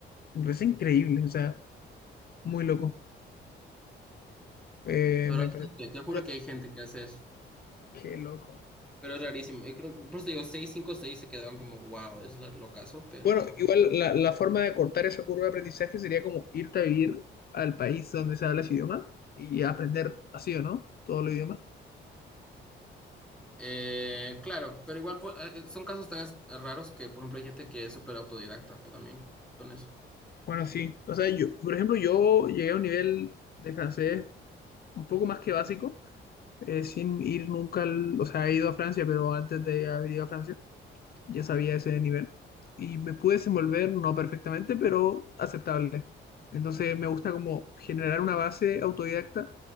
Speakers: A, on the left (about 50°); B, in the centre.
A: me parece increíble, o sea, muy loco. Eh,
B: pero
A: me
B: hay
A: parece,
B: gente, te juro
A: no lo-
B: que hay gente que hace eso,
A: qué loco.
B: pero es rarísimo. Y creo- por eso digo, seis, cinco, seis se quedaron como, wow, es la- lo caso, pero...
A: Bueno, igual la, la forma de cortar esa curva de aprendizaje sería como irte a vivir al país donde se habla ese idioma y aprender así o no, todo el idioma.
B: eh, claro, pero igual pues, eh, son casos tan as- raros que, por ejemplo, hay gente que es súper autodidacta pues, también con eso.
A: Bueno, sí, o sea, yo, por ejemplo, yo llegué a un nivel de francés un poco más que básico, eh, sin ir nunca, al- o sea, he ido a Francia, pero antes de haber ido a Francia. ya sabía ese nivel y me pude desenvolver, no perfectamente, pero aceptable. Entonces me gusta como generar una base autodidacta,